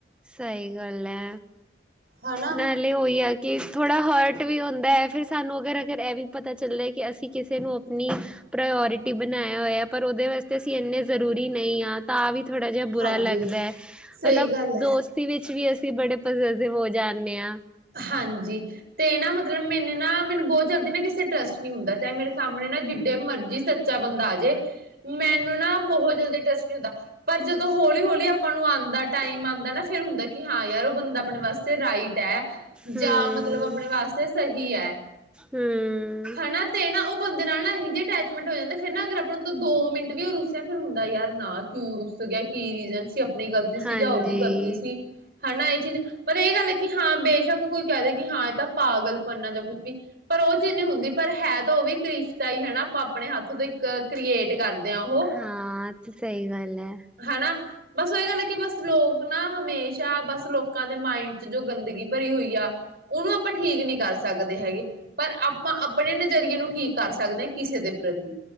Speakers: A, in the centre; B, on the right (about 55°).
A: ਸਹੀ ਗੱਲੈ
B: ਹਨਾ
A: ਨਾਲੇ ਉਹੀ ਐ ਕਿ ਥੋੜ੍ਹਾ ਹਰਟ ਵੀ ਹੁੰਦਾ ਹੈ ਫਿਰ ਸਾਨੂੰ ਅਗਰ ਅਗਰ ਐਹ ਵੀ ਪਤਾ ਚੱਲਦਾ ਕਿ ਅਸੀਂ ਕਿਸੇ ਨੂੰ ਆਪਣੀ ਪ੍ਰਾਇਓਰਿਟੀ ਬਣਾਇਆ ਹੋਇਆ ਹੈ ਪਰ ਉਹਦੇ ਵਾਸਤੇ ਅਸੀਂ ਇੰਨੇ ਜ਼ਰੂਰੀ ਨਹੀਂ ਹਾਂ ਤਾਂ ਵੀ ਥੋੜ੍ਹਾ ਜਿਹਾ ਬੁਰਾ
B: ਹਾਂਜੀ
A: ਲੱਗਦਾ ਹੈ
B: ਸਹੀ
A: ਮਲਬ
B: ਗੱਲ ਹੈ
A: ਦੋਸਤੀ ਵਿੱਚ ਵੀ ਅਸੀਂ ਬੜੇ ਪੋਸੈਸਿਵ ਹੋ ਜਾਨੇ ਆਂ
B: ਹਾਂਜੀ ਤੇ ਨਾ ਮਤਲਬ ਮੈਨੇ ਨਾ ਮੈਨੂੰ ਬਹੁਤ ਜ ਨਾ ਕਿਸੇ ਟਰੱਸਟ ਨਹੀਂ ਹੁੰਦਾ ਚਾਹੇ ਮੇਰੇ ਸਾਹਮਣੇ ਨਾ ਕਿਡੇ ਮਰਜੀ ਸੱਚਾ ਬੰਦਾ ਆ ਜੇ ਮੈਨੂੰ ਨਾ ਬਹੁਤ ਜਲਦੀ ਟੱਚ ਨ ਹੁੰਦਾ ਪਰ ਜਦੋਂ ਹੌਲੀ ਹੌਲੀ ਆਪਾਂ ਨੂੰ ਆਉਂਦਾ ਟਾਈਮ ਆਉਂਦਾ ਨਾ ਫਿਰ ਹੁੰਦਾ ਹਾਂ ਯਾਰ ਉਹ ਬੰਦਾ ਆਪਣੇ ਵਾਸਤੇ ਰਾਈਟ ਹੈ। ਜਾਂ
A: ਹਮ
B: ਮਤਲਬ ਆਪਣੇ ਵਾਸਤੇ ਸਹੀ ਹੈ,
A: ਹਮ
B: ਹਨਾ ਤੇ ਨਾ ਬੰਦੇ ਨਾਲ ਨਾ ਇਹੀ ਜਿਹੇ ਅਟੈਚਮੈਂਟ ਹੋ ਜਾਂਦੇ ਫਿਰ ਨਾ ਅਗਰ ਆਪਣੇ ਤੋਂ ਦੋ ਮਿੰਟ ਵੀ ਉਹ ਰੁੱਸਿਆ ਫਿਰ ਹੁੰਦਾ ਯਾਰ ਨਾ ਕਿਉ ਰੁੱਸ ਗਿਆ ਕੀ ਰੀਜ਼ਨ ਸੀ ਆਪ ਆਪਣੀ ਗਲਤੀ ਸੀ
A: ਹਾਂਜੀ
B: ਜਾਂ ਉਹਦੀ ਗ਼ਲਤੀ ਸੀ। ਹਨਾ ਇਹ ਚੀਜ਼ ਪਰ ਇਹ ਗੱਲ ਹੈ ਕਿ ਹਾਂ ਬੇਸ਼ੱਕ ਕੋਈ ਕਹਿ ਦੇ ਕਿ ਹਾਂ ਇਹ ਤਾਂ ਪਾਗਲ ਪੰਨਾ ਜਾਂ ਕੁਛ ਵੀ ਪਰ ਉਹ ਚੀਜ਼ ਨਹੀਂ ਹੁੰਦੀ ਪਰ ਹੈ ਤਾਂ ਉਹ ਵੀ ਰਿਸ਼ਤਾ ਹੀ ਹਨਾ ਆਪਾਂ ਆਪਣੇ ਹੱਥ ਤੇ ਕ੍ਰੀਏਟ ਕਰਦੇ ਹਾਂ ਉਹ,
A: ਹਾਂ ਤੇ ਸਹੀ ਗੱਲ ਹੈ
B: ਹਨਾ ਬਸ ਉਹੀ ਗੱਲ ਹੈ ਕਿ ਬਸ ਲੋਕ ਨਾ ਹਮੇਸ਼ਾ ਬਸ ਲੋਕਾਂ ਦੇ ਮਾਇੰਡ ਚ ਜੋ ਗੰਦਗੀ ਭਰੀ ਹੋਈ ਜਾਂ ਉਹਨੂੰ ਆਪਾਂ ਠੀਕ ਨਹੀਂ ਕਰ ਸਕਦੇ ਹੈਗੇ ਪਰ ਆਪਾਂ ਆਪਣੇ ਨਜ਼ਰੀਏ ਨੂੰ ਠੀਕ ਕਰ ਸਕਦੇ ਹਾਂ ਕਿਸੇ ਦੇ ਪ੍ਰਤੀ,